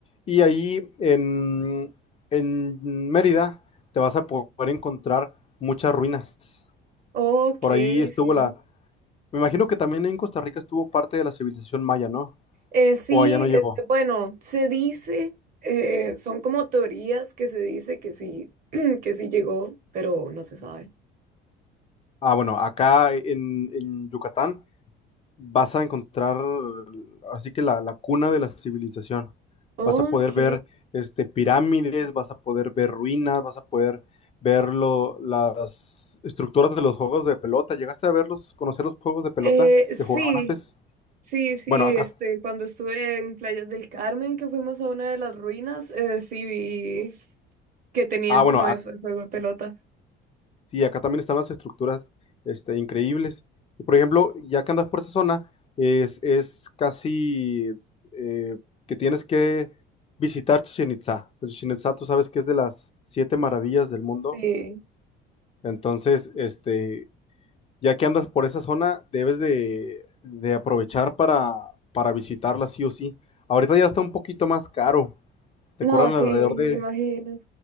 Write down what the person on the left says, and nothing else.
Y ahí en, en Mérida te vas a poder encontrar muchas ruinas.
Por ahí estuvo
la... Me imagino que también en Costa Rica estuvo parte de la civilización maya, ¿no?
O allá no llegó.
Ah, bueno, acá en, en Yucatán vas a encontrar así que la, la cuna de la civilización.
Vas a poder ver este, pirámides, vas a poder ver ruinas, vas a poder ver lo- las estructuras de los juegos de pelota. ¿Llegaste a verlos, conocer los juegos de pelota
que jugaban antes?
Bueno, acá,
ah,
bueno,
Sí, acá también están las estructuras este, increíbles. Y por ejemplo, ya que andas por esa zona, es, es casi eh, que tienes que visitar Chichen Itza. Pues Chichen Itza, tú sabes que es de las siete maravillas del mundo.
Entonces, este, ya que andas por esa zona, debes de, de aprovechar para, para visitarla sí o sí. Ahorita ya está un poquito más caro. Te
cobran
alrededor
de,